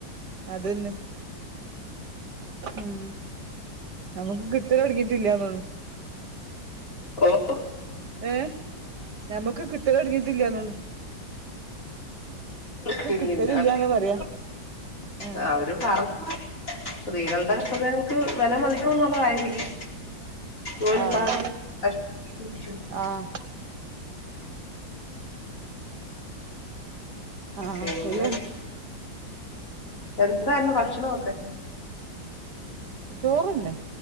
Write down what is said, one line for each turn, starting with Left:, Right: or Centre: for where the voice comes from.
Right: അത് തന്നെ ഉം നമുക്ക് കിട്ടിയാ കടിക്കത്തില്ലിയോ തോണത്
Left: ഓഹ്
Right: ഏ ഞമ്മക്ക് കിട്ടല് തൊടങ്ങിട്ടില്ലിയന്ന്
Left: ട്ടില്ലിണ്ട
Right: കിട്ടലില്ലാന്ന് പറയാ
Left: <unintelligible>
Right: ആഹ്
Left: അവരും പറഞ്ഞു സ്ത്രീകൾ അപ്പ നമ്മക്ക് വെല മതിക്കണമെന്നുള്ളതായിരിക്കും ജോലിപ്പാടും
Right: ആഹ്
Left: കഷ്ടപാടുമൊക്കെ <inaudible>
Right: ആഹ് ആഹ്
Left: പിന്നെ
Right: ശരിയാണ്
Left: എന്തായിരുന്നു ഭക്ഷണംയൊക്കെ
Right: ചോറ് തന്നെ